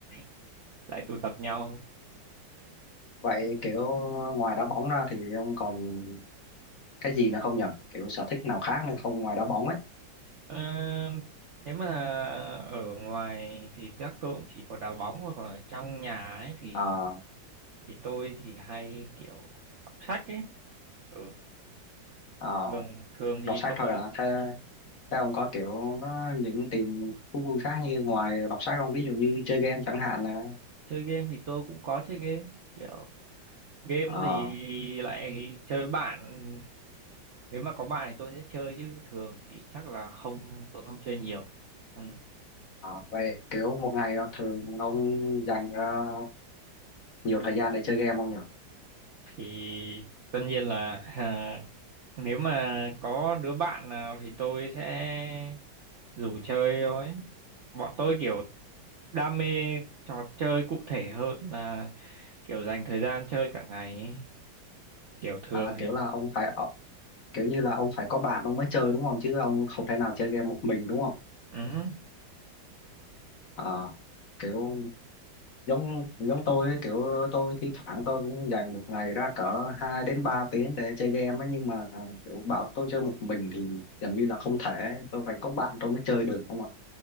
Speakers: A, on the right; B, on the left.
A: <laughs> lại tụ tập nhau
B: vậy kiểu ngoài đá bóng ra thì ông còn cái gì nữa không nhỉ kiểu sở thích nào khác nữa không ngoài đá bóng ấy
A: Ờ, nếu mà ở ngoài thì chắc tôi cũng chỉ có đá bóng thôi còn ở trong nhà ấy thì
B: ờ
A: thì tôi thì hay kiểu đọc sách ấy ừ
B: ờ,
A: thường thường thì
B: đọc sách
A: tôi
B: thôi à thế thế ông có kiểu có những tìm thú vui khác như ngoài đọc sách không ví dụ như chơi game chẳng hạn à
A: chơi game thì tôi cũng có chơi game kiểu game
B: ờ
A: thì lại chơi bạn nếu mà có bạn thì tôi sẽ chơi chứ thường thì chắc là không tôi không chơi nhiều ừ.
B: ờ, vậy kiểu một ngày thường ông dành ra nhiều thời gian để chơi game không nhỉ
A: thì tất nhiên là <laughs> à, nếu mà có đứa bạn nào thì tôi sẽ rủ chơi thôi bọn tôi kiểu đam mê trò chơi cụ thể hơn là kiểu dành thời gian chơi cả ngày ấy. kiểu thường
B: Ờ, à,
A: thì
B: kiểu là ông phải ờ, kiểu như là ông phải có bạn ông mới chơi đúng không chứ ông không thể nào chơi game một mình đúng không
A: ừ,
B: Ờ, kiểu giống giống tôi ấy, kiểu tôi thi thoảng tôi cũng dành một ngày ra cỡ 2 đến 3 tiếng để chơi game ấy nhưng mà kiểu bảo tôi chơi một mình thì gần như là không thể tôi phải có bạn tôi mới chơi được không ạ